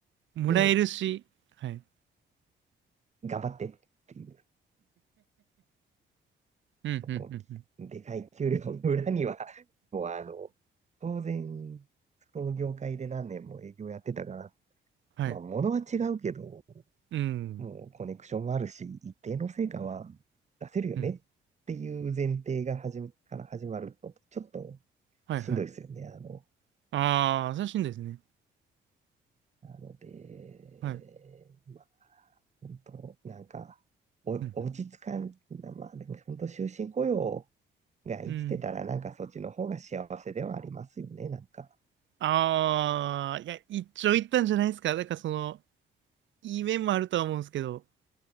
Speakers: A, on the right; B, on the right.
A: もらえるし、
B: で、
A: はい。
B: 頑張ってっていう。
A: うん、
B: その
A: うん、うん、うん。
B: でかい給料の裏には、<laughs> もうあの、当然、その業界で何年も営業やってたから、
A: はい。
B: まあ、物は違うけど、
A: うん、
B: もうコネクションもあるし、一定の成果は出せるよねっていう前提が始めから始まると、
A: うん。
B: ちょっと
A: はいはい。
B: しんどいですよね。あの、
A: ああ、優しいんですね。
B: なので、
A: はい。
B: まあ、本当なんか、お落ち着かん、
A: うん、
B: まあでも本当終身雇用が生きてたら、
A: うん。うん
B: なんかそっちの方が幸せではありますよね、なんか。
A: ああ、いや、一長一短じゃないですか。だからその、いい面もあるとは思うんですけど。